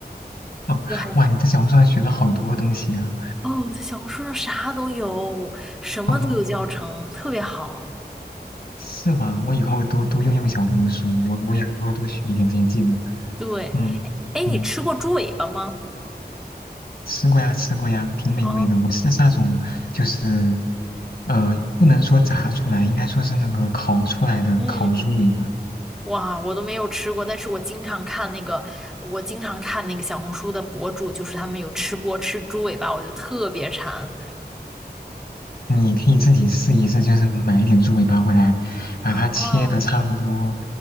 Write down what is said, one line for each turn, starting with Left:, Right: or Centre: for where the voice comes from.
Left: 哦，
Centre: 就还
Left: 哇，你在小红书上学了好多东西啊。
Centre: 哦，在小红书上啥都有，什么都有教程，
Left: 嗯，
Centre: 特别好。
Left: 是吗？我以后多多用用小红书，我我以后多学一点这些技能。
Centre: 对，
Left: 嗯嗯，
Centre: 哎，你吃过猪尾巴吗？
Left: 吃过呀，吃过呀，挺美味的。
Centre: 啊，
Left: 我吃的是那种，就是呃，不能说炸出来，应该说是那个烤出来的烤猪尾巴。
Centre: 嗯，哇，我都没有吃过，但是我经常看那个，我经常看那个小红书的博主，就是他们有吃播吃猪尾巴，我就特别馋。
Left: 你可以自己试一试，就是买一点猪尾巴回来，把它切的差不多，
Centre: 啊。